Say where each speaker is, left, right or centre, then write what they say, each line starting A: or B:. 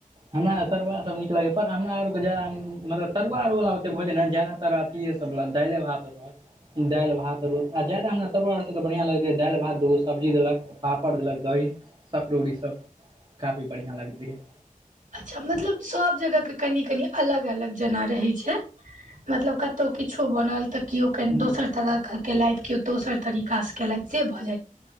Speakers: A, on the right (about 30°); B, on the right (about 60°).
A: हमरा तरुआ सभ नीक लागैए पर हमरा आरके जादा मतलब तरुआ अरुवला ओतेक भोजन जादा अथे सभ दालि भात आर भात दालि भात तर आर जादा हमरा तरुआर तऽ बढ़िआ लगैत रहै दालि भात दूगो सब्जी देलक पापड़ देलक दही सकरड़ूड़ी सभ काफी बढ़िया लगैत रहहिय
B: अच्छा मतलब सभ जगह के कनि कनि अलग अलग जेना रहैत छै मतलब कतहु किछो बनल तऽ केओ
A: ठीक
B: कनि दोसर तरह के केलथि केओ दोसर तरीका स केलबसँ